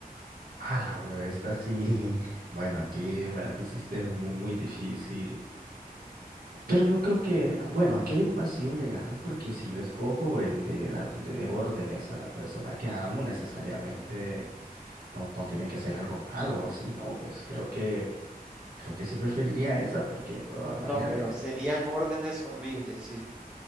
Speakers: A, on the right; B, in the centre.
A: Ah, la bro, esta sí. <laughs> Bueno, aquí me la pusiste muy, muy, difícil. Pero yo creo que, ah, bueno, aquí hay un vacío legal porque si yo escojo el de darle órdenes a la persona que amo, necesariamente no, no tiene que ser algo malo o así, ¿no? Pues creo que, creo que sí preferiría esa porque, pues, imagínate.
B: No, pero serían órdenes horribles, sí.